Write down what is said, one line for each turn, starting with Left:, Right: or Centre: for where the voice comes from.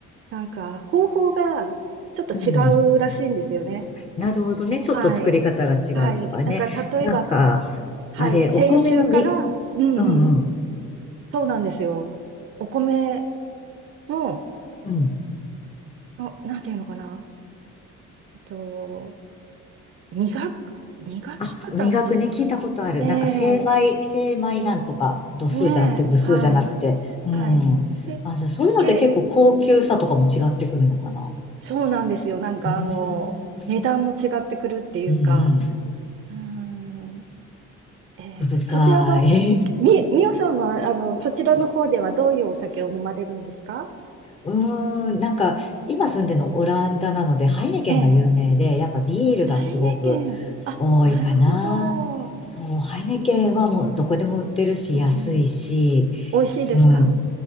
Right: なんか、方法が、ちょっと違うらしいんですよね。
Left: うん。なるほどね。ちょっと作り方が違うとかね。
Right: はい。はい。なんか、例えば、
Left: なんか、
Right: はい。
Left: あれ、
Right: 清酒から、
Left: お米のみ、
Right: うんうん。
Left: うんうん。
Right: そうなんですよ。お米の、
Left: うん
Right: の、なんていうのかな。えっと、磨く、磨き方っていうのか
Left: あ、磨くね、聞いたことある。
Right: な。
Left: なんか、
Right: ええ
Left: 精米、精米なんとか、度数じゃなくて、
Right: ねえ、
Left: 部数じゃなくて。
Right: はい、
Left: うん。
Right: はい。で、
Left: あ、じゃあ、そういうので結構高級さとかも違ってくるのかな。
Right: け、そうなんですよ。なんか、
Left: うーん。
Right: あの、値段も違ってくるっていうか。
Left: うんうん。
Right: うーん、ええそちらは、
Left: 奥深い。
Right: み、みおさんは、あの、そちらの方ではどういうお酒を飲まれるんですか
Left: <laughs> うんうーん、なんか、今住んでるのオランダなので、ハイネケンが有名で、
Right: ええ
Left: やっぱビールがすごく
Right: ハイネケン。あ、
Left: 多いかな。
Right: なるほど。
Left: そう、ハイネケンはもうどこでも売ってるし、
Right: うん、
Left: 安いし、
Right: 美味しいですか
Left: うん、